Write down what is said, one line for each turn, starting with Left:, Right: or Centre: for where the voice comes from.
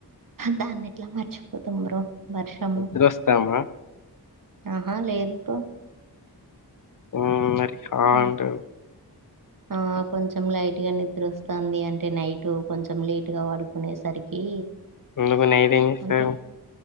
Right: దాన్ని ఎట్లా మర్చిపోతాం బ్రో వర్షము
Left: నిద్రొస్తామా
Right: ఆహా లేదు బ్రో
Left: ఆ మరి
Right: హ్మ్
Left: అంటే
Right: ఆ కొంచెం లైట్‌గా నిద్ర వస్తాంది అంటే నై టు కొంచెం లేటుగా పడుకునేసరికి
Left: ఎందుకు నైట్ ఏం చేస్తారు
Right: అంటే